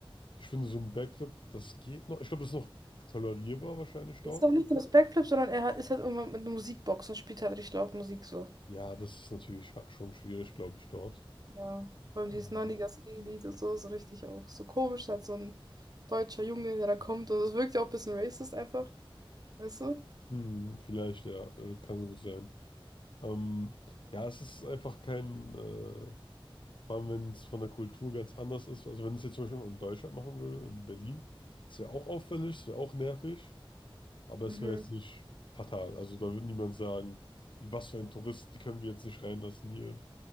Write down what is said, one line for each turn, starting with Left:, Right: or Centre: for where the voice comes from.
Left: Ich finde so ein Backflip, das geht noch. Ich glaube, das ist noch tolerierbar wahrscheinlich dort.
Right: Ist doch nicht nur das Backflip, sondern er hat, ist halt irgendwann mit einer Musikbox und spielt halt richtig laut Musik so.
Left: Ja, das ist natürlich ha- schon schwierig, glaube ich, dort.
Right: Ja. Vor allem
Left: Ähm,
Right: dieses 90 ski lied und so, so richtig auch so komisch, halt so ein deutscher Junge, der da kommt. Und das wirkt ja auch ein bisschen racist einfach, weißt du?
Left: hm, vielleicht, ja, äh, kann so gut sein. Ähm, ja, es ist einfach kein, äh, vor allem wenn es von der Kultur ganz anders ist. Also wenn es jetzt zum Beispiel in Deutschland machen will, in Berlin, es wäre auch auffällig, es wäre auch nervig, aber
Right: Mhm.
Left: es wäre jetzt nicht fatal. Also da wird niemand sagen, wie was für ein Tourist, die können wir jetzt nicht reinlassen hier.